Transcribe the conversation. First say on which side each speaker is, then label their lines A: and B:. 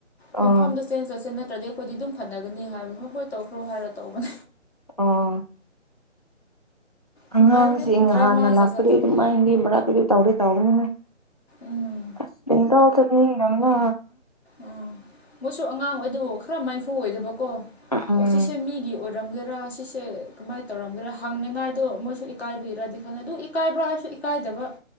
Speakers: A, on the left; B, on the left.
A: ꯐꯝꯐꯝꯗꯨ
B: ꯑꯣ
A: ꯆꯦꯟꯁ ꯇꯧꯁꯤ ꯅꯠꯇ꯭ꯔꯗꯤ ꯈꯣꯏꯗꯤ ꯗꯨꯝ ꯈꯠꯅꯒꯅꯤ ꯍꯥꯏꯕ ꯍꯣꯍꯣꯏ ꯇꯧꯈ꯭ꯔꯣ ꯍꯥꯏꯔ ꯇꯧꯕꯟ
B: ꯑꯣ
A: ꯅꯨꯡꯉꯥꯏꯕꯅꯦ
B: ꯑꯉꯥꯡꯁꯤꯡ
A: ꯗ꯭ꯔꯃꯥ
B: ꯍꯥꯟꯅ
A: ꯖꯥꯠ
B: ꯂꯥꯛꯄꯗꯩ
A: ꯖꯥꯠ ꯇꯧꯕꯅꯦ
B: ꯗꯨꯃꯥꯏꯟꯒꯤ ꯃꯔꯛ ꯑꯗꯨ ꯇꯧꯒ‌ꯦ ꯇꯧꯕꯅꯤꯍ‌ꯦ
A: ꯎꯝ
B: ꯑꯁ <unintelligible> ꯆꯠꯅꯤꯡꯉꯤ ꯌꯥꯝꯅ
A: ꯑꯣ ꯃꯣꯏꯁꯨ ꯑꯉꯥꯡ ꯑꯣꯏꯗꯨ ꯈꯔ ꯃꯥꯏꯐꯨ ꯑꯣꯏꯗꯕꯀꯣ
B: ꯎꯝ
A: ꯑꯣ ꯁꯤꯁꯦ ꯃꯤꯒꯤ ꯑꯣꯏꯔ ꯔꯝꯒꯦꯔꯥ ꯁꯤꯁꯦ ꯀꯃꯥꯏꯟ ꯇꯧꯔꯝꯒꯦꯔꯥ ꯍꯪꯅꯤꯡꯉꯥꯏꯗꯣ ꯃꯣꯏꯁꯨ ꯏꯀꯥꯏꯕꯩꯔꯗꯤ ꯈꯪꯗ‌ꯦ ꯗꯨ ꯏ ꯀꯥꯏꯕ꯭ꯔꯥ ꯍꯥꯏꯁꯨ ꯏꯀꯥꯏꯗꯕ